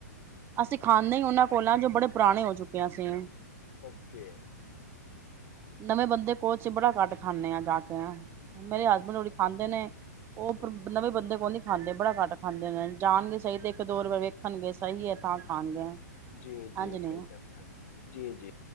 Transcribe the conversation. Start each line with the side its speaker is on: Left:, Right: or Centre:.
Right: ਅਸੀਂ ਖਾਂਦੇ ਹੀ ਉਹਨਾਂ ਕੋਲ ਜੋ ਬੜੇ ਪੁਰਾਣੇ ਹੋ ਚੁੱਕੇ ਅਸੀਂ
Left: ਓਕੇ
Right: ਨਵੇਂ ਬੰਦੇ ਕੋਲ ਚਿਬੜਾ ਕੱਟ ਖਾਂਦੇ ਆ ਜਾ ਕੇ ਕ ਮੇਰੇ ਹਸਬੈਂਡ <unintelligible> ਖਾਂਦੇ ਨੇ ਉਹ
Left: ਹਮ
Right: ਨਵੇਂ ਬੰਦੇ ਕੋ ਨ ਖਾਂਦੇ ਬੜਾ ਘੱਟ ਖਾਂਦੇ ਨੇ ਜਾਣਗੇ ਸਹੀ ਤੇ ਇੱਕ ਦੋ ਰਪ ਵੇਖਣਗੇ ਸਹੀ ਹੈ ਤਾਂ ਖਾਣਗੇ
Left: ਜੀ ਜੀ
Right: ਇੰਝ ਨਹੀਂ
Left: ਫ ਜੀ ਜੀ